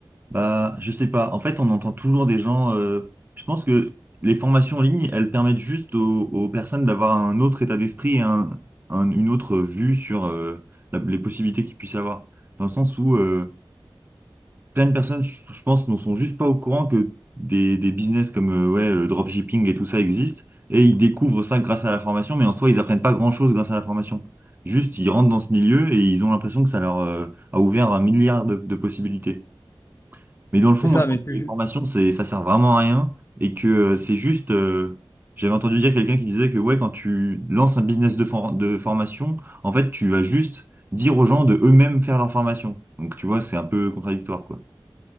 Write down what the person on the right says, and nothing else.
Bah, je sais pas. En fait, on entend toujours des gens. euh, je pense que les formations en ligne, elles permettent juste aux, aux personnes d'avoir un autre état d'esprit et un, un- une autre vue sur euh, la- les possibilités qu'ils puissent avoir. Dans le sens où euh, plein de personnes, je, je pense, ne sont juste pas au courant que des, des business comme euh, ouais, le dropshipping et tout ça existent. Et ils découvrent ça grâce à la formation, mais en soi, ils apprennent pas grand-chose grâce à la formation. Juste, ils rentrent dans ce milieu et ils ont l'impression que ça leur euh, a ouvert un milliard de de possibilités. Mais dans le fond,
moi,
je pense
que les formations, c'est, ça sert vraiment à rien et que euh, c'est juste. euh, j'avais entendu dire quelqu'un qui disait que ouais, quand tu lances un business de, for- de formation, en fait, tu vas juste dire aux gens de eux-mêmes faire leur formation. Donc, tu vois, c'est un peu contradictoire, quoi.